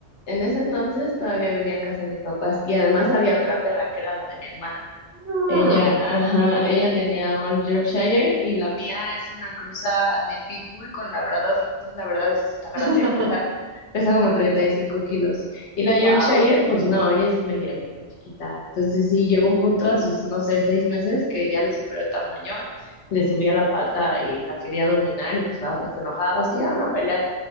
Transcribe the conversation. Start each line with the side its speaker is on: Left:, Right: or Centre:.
Left: En ese entonces todavía vivía en casa de mis papás y además había otra perra que era la de mi hermana.
Right: Ah.
Left: Ella, ajá, ella tenía un Yorkshire y la mía es una cruza de Pitbull con Labrador. Entonces, la verdad es que está grande,
Right: <laughs>
Left: pesa, pesa como 35 kilos. Y la Yorkshire,
Right: Wow.
Left: pues no, ella es medianita, chiquita. Entonces, sí, llegó un punto a sus, no sé, seis meses que ya le superó el tamaño, y le subía la pata y la quería dominar y pues la otra se enojaba. Se llegaron a pelear,